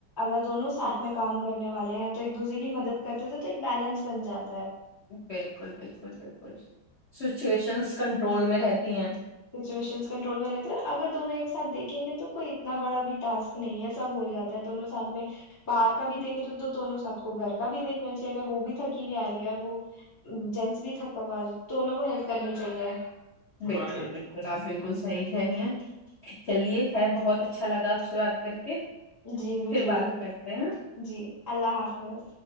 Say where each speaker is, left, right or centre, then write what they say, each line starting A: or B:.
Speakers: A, on the left; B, on the left.
A: اگر دونوں ساتھ میں کام کرنے والے ہیں تو ایک دوسرے کی مدد کرتے تھے تو ایک بیلنس بن جاتا ہے
B: بالکل بالکل بالکل سچویشن کنٹرول میں رہتے تی ہیں
A: سچویشن کنٹرول میں رہتے ہیں اگر دونوں ایک ساتھ دیکھیں گے تو کوئی اتنا بڑا بھی ٹاسک نہیں ہے سب ہو جاتا ہے دونوں ساتھ میں باہر کا بھی دیکھے تو تو دونوں ساتھ کو گھر کا بھی دیکھنا چاہیے اگر وہ بھی تھکی ہوئی آ رہی ہے اور وہ جینس بھی تھکا ہوا دونوں کو ہیلپ کرنی چاہیے بنا
B: بالکل
A: کے
B: بالکل گلاب بالکل صحییک ہے گ ہیں چلیے خیر بہت اچھا لگا آپ سے بات کر کے
A: جی مجھے
B: پھر بات
A: بھی
B: کرتے ہیں
A: جی اللہ حافظ